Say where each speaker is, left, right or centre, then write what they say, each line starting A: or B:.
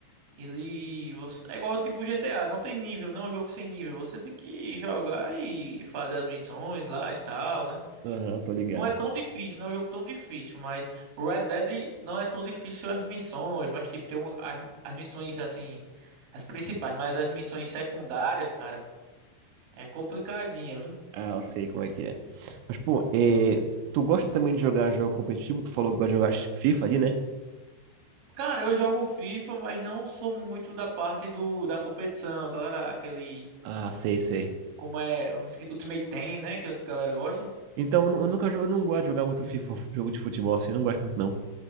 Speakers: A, on the right; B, on the right.
A: Ele você- é igual tipo GTA, não tem nível, não é um jogo sem nível. Você tem que jogar e fazer as missões lá e tal, né?
B: Aham, tô ligado.
A: Não é tão difícil, não é um jogo tão difícil, mas Red Dead não é tão difícil as missões, mas tipo tem um, as, as missões assim, as principais, mas as missões secundárias, cara, é complicadinha, viu?
B: Ah, eu sei como é que é. Mas, pô, é, tu gosta também de jogar jogo competitivo? Tu falou que gosta de jogar FIFA ali, né?
A: Cara, eu jogo FIFA, mas não sou muito da parte do da competição, tá ligado? Aquele
B: Ah, sei, sei.
A: como é, eu me esque- Ultimate Team, né, que as galera gosta.
B: Então, eu nu- eu nunca jogo, eu não gosto de jogar muito FIFA, jogo de futebol, assim, eu não gosto muito, não.